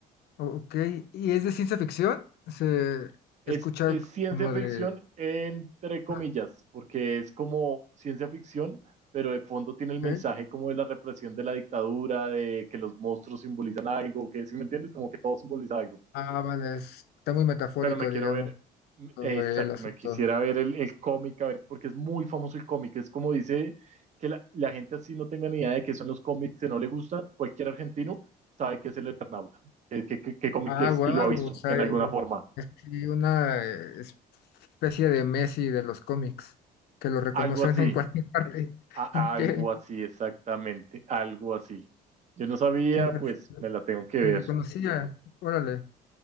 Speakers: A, on the left; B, on the right.
A: o- Ok. ¿Y es de ciencia ficción? Se
B: Es,
A: escucha
B: es ciencia
A: como
B: ficción
A: de...
B: entre comillas,
A: Ah,
B: porque es como ciencia ficción, pero de fondo tiene el mensaje
A: ok.
B: como de la represión de la dictadura, de que los monstruos simbolizan algo, que si me entiendes, como que todo simboliza algo.
A: Ah, vale. es- Está muy metafórico,
B: pero me quiero
A: digamos,
B: ver, mm,
A: todo
B: exacto,
A: el asunto.
B: me quisiera ver el, el cómic, a ver, porque es muy famoso el cómic, es como dice que la, la gente así no tenga ni idea de qué son los cómics, que no le gustan, cualquier argentino sabe que es el Eternauta, eh, qué, qué- qué cómic
A: Ah,
B: es,
A: guau.
B: y lo ha visto
A: O sea,
B: en alguna
A: es
B: forma,
A: sí una eh, especie de Messi de los cómics, que lo reconocen
B: algo así,
A: <laughs> en cualquier parte. <laughs>
B: a-
A: Ok.
B: algo
A: Qué
B: así, exactamente, algo así. Yo no sabía,
A: interesante.
B: pues me la tengo que ver.
A: Ni lo conocía. Órale.